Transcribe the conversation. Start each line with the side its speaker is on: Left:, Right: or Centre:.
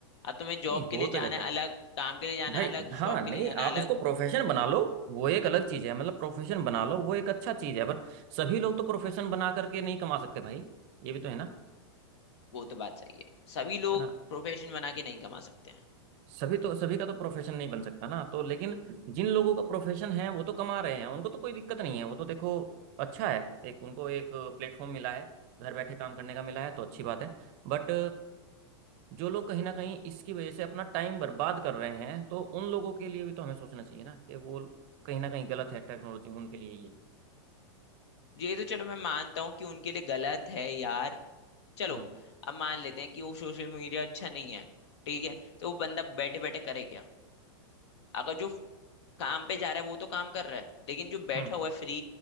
Left: अब तुम्हें जॉब
Right: नहीं
Left: के
Right: हो
Left: लिए जाना
Right: तो जाता
Left: है
Right: है
Left: अलग काम के लिए जाना
Right: भाई
Left: है अलग
Right: हाँ
Left: शॉप के
Right: नहीं
Left: लिए जाना
Right: आप
Left: है अलग
Right: उसको प्रोफेशन बना लो वो एक अलग चीज है मतलब प्रोफेशन बना लो वो एक अच्छा चीज है पर सभी लोग तो प्रोफेशन बना करके नहीं कमा सकते भाई ये भी तो है ना
Left: वो तो बात सही है सभी लोग
Right: है ना
Left: प्रोफेशन बना के नहीं कमा सकते हैं
Right: सभी तो सभी का तो प्रोफेशन नहीं बन सकता ना तो लेकिन जिन लोगों का प्रोफेशन है वो तो कमा रहे हैं उनको तो कोई दिक्कत नहीं है वो तो देखो अच्छा है एक उनको एक प्लेटफॉर्म मिला है घर बैठे काम करने का मिला है तो अच्छी बात है बट जो लोग कहीं ना कहीं इसकी वजह से अपना टाइम बर्बाद कर रहे हैं तो उन लोगों के लिए भी तो हमें सोचना चाहिए ना कि वो कहीं ना कहीं गलत है टेक्नोलॉजी उनके लिए ये
Left: ये तो चलो मैं मानता हूँ कि उनके लिए गलत है यार चलो
Right: हम्म
Left: अब मान लेते हैं कि वो सोशल मीडिया अच्छा नहीं है ठीक है तो वो बंदा बैठे बैठे करे क्या अगर जो काम पे जा रहा है वो तो काम कर रहा है लेकिन जो बैठा
Right: हम्म
Left: हुआ है फ्री